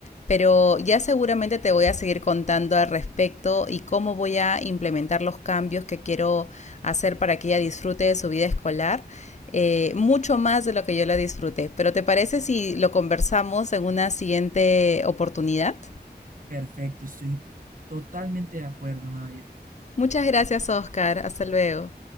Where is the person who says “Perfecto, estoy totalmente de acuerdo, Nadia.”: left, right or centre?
Right